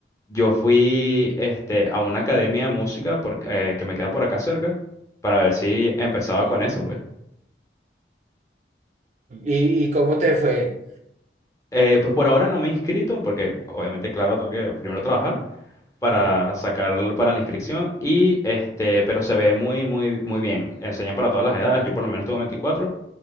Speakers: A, on the left; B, on the right.
A: yo fui este, a una academia de música porque, eh, que me queda por acá cerca para ver si empezaba con eso, pues.
B: ¿Y, y cómo te fue?
A: Eh, pues por ahora no me he inscrito porque obviamente, claro, tengo que primero trabajar. para
B: Ajá.
A: sacar para la inscripción y este, pero se ve muy, muy, muy bien. Enseñan para todas las edades. Yo por lo menos tengo 24